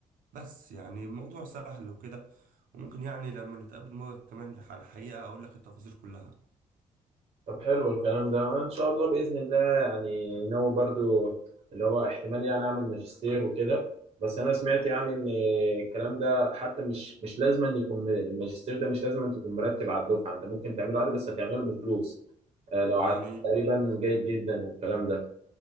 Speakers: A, on the right; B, on the right.
A: بس يعني الموضوع سهل وكده وممكن يعني لما نتقابل مرة كمان على الحقيقة أقول لك التفاصيل كلها
B: طب حلو الكلام ده ان شاء الله باذن الله يعني ناوي برضو اللي هو احتمال يعني اعمل ماجستير وكده بس انا سمعت يعني ان الكلام ده حتى مش مش لازم أن يكون م- الماجستير ده مش لازم أن تكون مرتب على الدفعه انت ممكن تعمله عادي بس هتعمله بفلوس آه، لو
A: يعني
B: عاد تقريبا جيد جدا والكلام ده